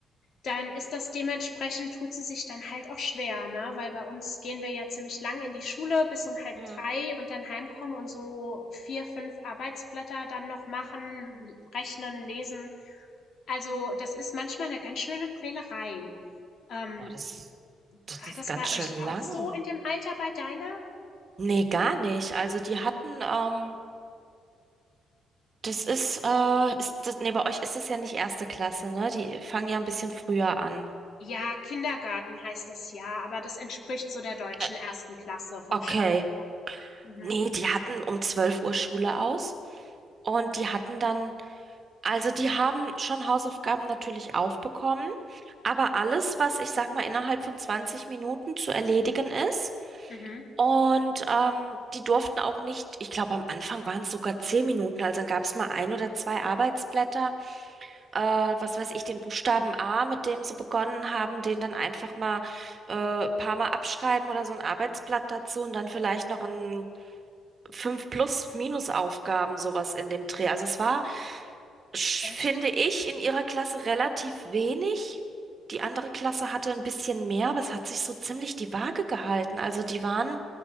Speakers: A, on the left (about 60°); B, on the right (about 40°).
A: dann ist das dementsprechend tut sie sich dann halt auch schwer, ne? Weil bei uns gehen wir ja ziemlich lang in die Schule bis um halb
B: Mhm.
A: drei und dann heimkommen und so vier, fünf Arbeitsblätter dann noch machen, rechnen, lesen. Also das ist manchmal eine ganz schöne Quälerei. Ähm,
B: Boah, das, das
A: war
B: ist
A: das
B: ganz
A: bei
B: schön
A: euch
B: lang.
A: auch so in dem Alter bei deiner?
B: Nee, gar nicht. Also die hatten, ähm, das ist, äh, ist das, nee, bei euch ist das ja nicht erste Klasse, ne? Die fangen ja ein bisschen früher an.
A: Ja, Kindergarten heißt das ja, aber das entspricht so der deutschen
B: Äh,
A: ersten Klasse vom
B: okay.
A: Stoff her. Mhm.
B: Nee, die hatten um 12 Uhr Schule aus und die hatten dann, also die haben schon Hausaufgaben natürlich aufbekommen, aber alles, was ich sag mal innerhalb von 20 Minuten zu erledigen ist,
A: Mhm.
B: Und ähm, die durften auch nicht, ich glaube, am Anfang waren es sogar zehn Minuten, also dann gab es mal ein oder zwei Arbeitsblätter, äh, was weiß ich, den Buchstaben A, mit dem sie begonnen haben, den dann einfach mal äh, paar Mal abschreiben oder so ein Arbeitsblatt dazu und dann vielleicht noch ein fünf Plus-Minus-Aufgaben, sowas in dem Dreh. Also es war, sch-
A: Echt?
B: finde ich, in ihrer Klasse relativ wenig. Die andere Klasse hatte ein bisschen mehr, aber es hat sich so ziemlich die Waage gehalten. Also die waren,